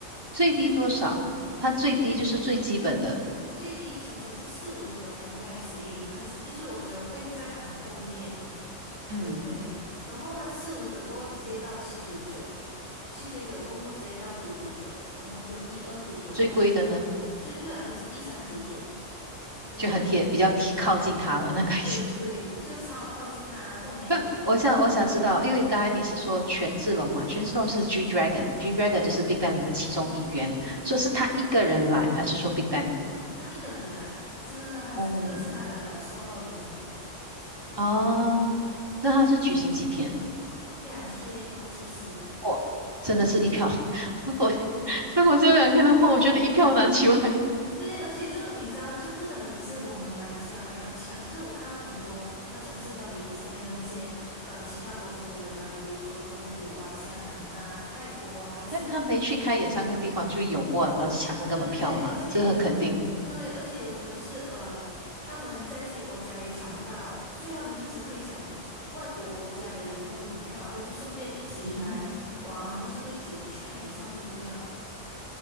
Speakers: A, on the right; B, on the left.
A: 最低多少？它最低就是最基本的，
B: 最低最低其实是四五九，感觉还行。可是就是我觉得会在很后面，
A: 嗯，
B: 对。然后它四五九过后直接到七九九，七九九过后直接到九九九，然后就一二九九，
A: 最贵的呢
B: 然后最贵好像是一三九九，就是一千多。
A: 就很贴，比较贴靠近它了那个。<laughs>
B: 对对，就超靠近他，然后你还可以就是送他离开。
A: 那我想我想知道，因为刚才你是说权志龙嘛，权志龙就是 G Dragon，G Dragon
B: 对，
A: 就是 Big Bang 里面其中一员，所以是他一个人来，还是说 Big Bang 啊？
B: 他一个人来，这是他这个是他的
A: 哦，
B: solo 演唱会，对，
A: 啊，那他是举行几天？
B: 两天其实。
A: 我真的是一票。<laughs> 如果如果只有两天的话，我觉得一票难求哎。<laughs>
B: 对，而且就你知道吗？就不单单只是我们马来西亚人要抢，就是我看到很多那种社交媒体上面的那些，嗯，其他国家的人啊，比如说中国啊、香港啊、泰国啊，还是
A: 但他没去开演唱会的地方，就涌过来了，就抢那个门票了嘛，
B: 对对，而且有时候
A: 这很肯定。
B: 对，而且有时候就是呃，他们在自己国家也抢不到，所以他们就只可以抢外国国家的演唱会门票，然后就顺便一起来玩，
A: 嗯哼，
B: 然后顺便一起去看演唱会这样。